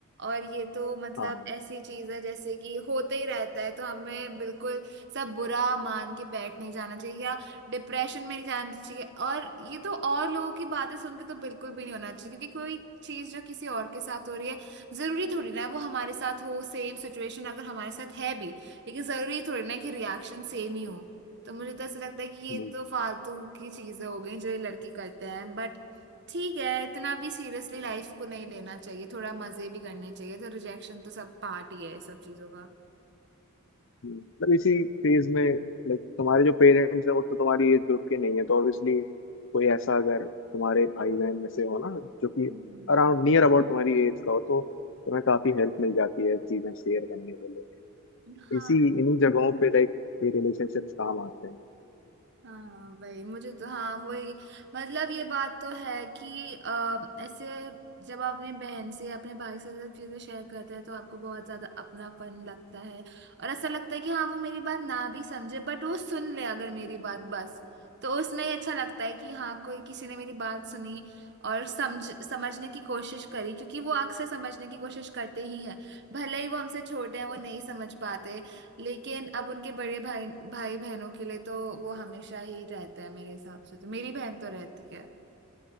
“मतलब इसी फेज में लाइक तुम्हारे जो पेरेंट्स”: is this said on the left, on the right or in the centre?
Left